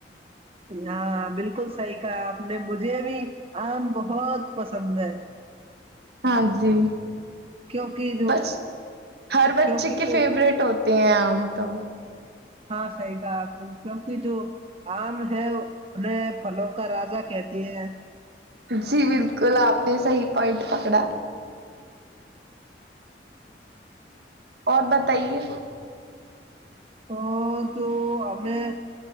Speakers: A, on the right (about 35°); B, on the right (about 60°).
A: ہاں بالکل صحی کہا آپ نے مجھے بھی آم بہت پسند ہے
B: ہاں جی
A: کیونکہ جو
B: بس ہر بچے
A: کیونکہ
B: کے
A: جو
B: فیورورٹ ہوتے ہیں آم ہاں تو
A: ہاں صحیح کہاپ نے کیونکہ جو آم ہے انہیں پھلوں کا راجا کہتے ہیں
B: جی بالکل آپ نے صحی پوائنٹ پکڑا اور بتائیے
A: اور جو ہمیں